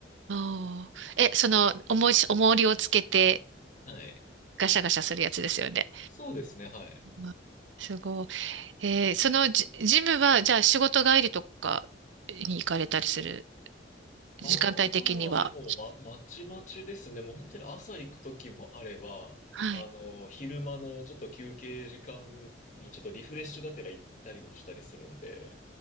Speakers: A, on the right; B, on the left.
A: おー。え、その、重いし、重りをつけて、
B: はい。
A: ガシャガシャするやつですよね。
B: そうですね、はい。
A: うんすごい。えーそのジ、ジムは、じゃあ仕事帰りとかに行かれたりする、時間帯的には。
B: ああ、まあ、でも、ま、まちまちですね。もう本当に朝行く時もあれば、
A: はい。
B: あの、昼間のちょっと休憩時間にちょっとリフレッシュがてら行ったりもしたりするんで、